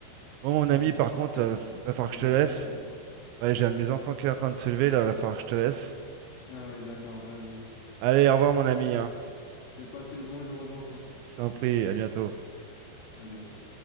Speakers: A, on the right; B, on the left.
A: Bon, mon
B: <laughs>
A: ami, par
B: Les
A: contre,
B: créateurs,
A: euh,
B: pourquoi
A: va falloir
B: ils
A: que je
B: ri-
A: te laisse.
B: ils rient?
A: Ouais, j'ai un de mes
B: Quoi?
A: enfants qui est en train de se lever, là, va falloir que je te laisse.
B: Ah oui, d'accord, vas-y.
A: Allez, au revoir mon ami, hein.
B: Je vais passer le bonjour aux enfants.
A: Je t'en prie, à bientôt.
B: À bientôt.